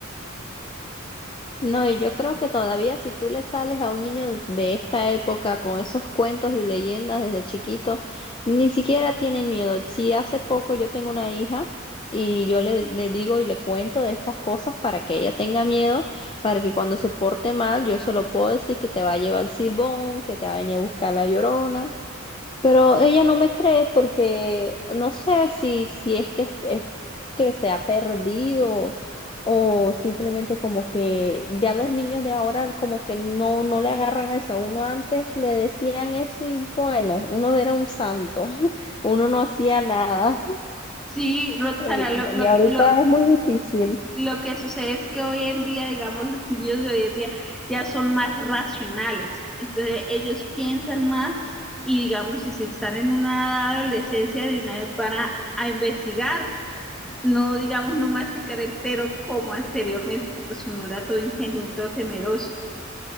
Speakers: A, on the left (about 25°); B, in the centre.
A: No, y yo creo que todavía si tú le sales a un niño de esta época con esos cuentos y leyendas desde chiquito, ni siquiera tienen miedo. Si hace poco yo tengo una hija y yo le, le digo y le cuento de estas cosas para que ella tenga miedo, para que cuando se porte mal yo se lo puedo decir que te va a llevar el silbón, que te va a venir a buscar la llorona. Pero ella no me cree porque no sé si, si es que, es que se ha perdido o simplemente como que ya los niños de ahora como que no, no le agarran a eso. Uno antes le decían eso y bueno, uno era un santo, <laughs> uno no hacía nada.
B: Sí, Roxana,
A: Eh,
B: lo, lo,
A: y ahorita
B: que- lo,
A: es muy difícil.
B: Lo que sucede es que hoy en día, digamos, los niños de hoy en día ya son más racionales. Entonces ellos piensan más y, digamos, si se están en una edad de adolescencia, de una vez van a, a investigar, no, digamos, no masticar entero como anteriormente, que pues uno era todo ingenuo y todo temeroso.